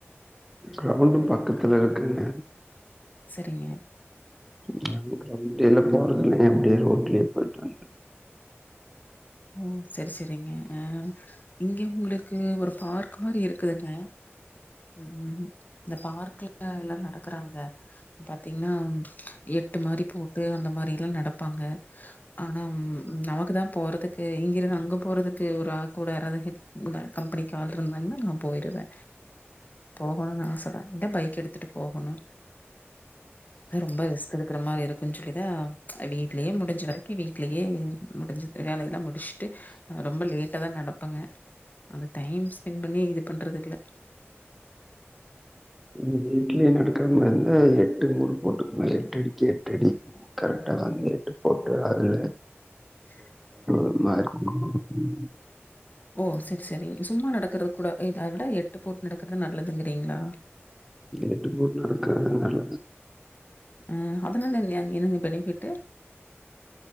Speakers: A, in the centre; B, on the left.
A: க்ரெளண்டுமா பக்கத்துல இருக்குங்க
B: செரிங்க
A: சொல்றாங்க அவுங் ட்டே எல்லா போறங்லே அப்டியே ரோட்லயே போயிட்றாங்க
B: ஓ செரி செரிங்க அ இங்க உங்களுக்கு ஒரு பார்க் மாரி இருக்குதுங்க ம் ம் இந்த பார்க்குல எல்லா நடக்குறாங்க பாத்தீங்கன்னா எட்டு மாரி போட்டு அந்த மாரி எல்லா நடப்பாங்க ஆனா நமக்கு தா போறதுக்கு இங்கெருந்து அங்க போறதுக்கு ஒரு ஆ கூட யாராது இரு க்குதா கம்பெனிக்கு ஆள் இருந்தாங்கன்னா நா போயிருவே போகணுன்னு ஆசதா இந்தா பைக் எடுத்துட்டு போகணு ரொம்ப ரிஸ்க் எடுக்கிற மாரி இருக்குன் சொல்லிதா வீட்லயே முடிஞ்ச வரைக்கு வீட்லயே முடிஞ்சுது வேலையெல்லா முடிச்சுட்டு ரொம்ப லேட்டா தா நடப்பாங்க அது டைம் ஸ்பெண்ட் பண்ணி இது பண்றது இல்ல
A: ம் வீட்லயே நடக்குற மாரி ருந்தா எட்டு எட்டடிக்கு எட்டடி கரெக்டா வந்து எட்டு போட்டு அதுல
B: உ
A: மாரிருக்கனு
B: ஓ செரி செரி சும்மா நடக்குறது கூட இத விட எட்டு போட்டு நடக்குறது நல்லதுங்கிறீங்களா
A: எட்டு போட்டு நடக்குறதுனால
B: ஆ அதுனால என்னையா எனக்கு பெனிபிட்டு